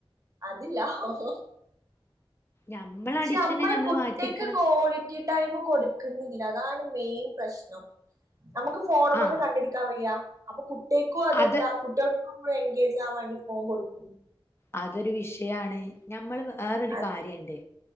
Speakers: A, on the right; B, on the left.
A: അതില്ല ഹോ ഹോ
B: ഞമ്മളെ
A: ച്ച
B: അഡിക്ഷനെ
A: നമ്മൾ
B: ഞമ്മള്
A: കുട്ടികക്ക്
B: മാറ്റിയെടുക്കണം
A: ക്വാളിറ്റി ടൈംമു കൊടുക്കു ക്കുന്നില്ല അതാണ് മെയിൻ പ്രശ്നം നമുക്ക് ഫോണുംമേന്നു
B: ആഹ്
A: കണ്ണേടുക്കാൻ വയ്യ. അപ്പൊ കു ട്ടികക്കു അതെന്താ
B: അത്
A: കുട്ടികക്കും എൻങ്കേജ് ആൻ വേണ്ടി ഫോൺ കൊടുക്കും
B: അതൊരു വിഷയാണ്. ഞമ്മളു വേറൊരു
A: അത്
B: കാര്യണ്ട്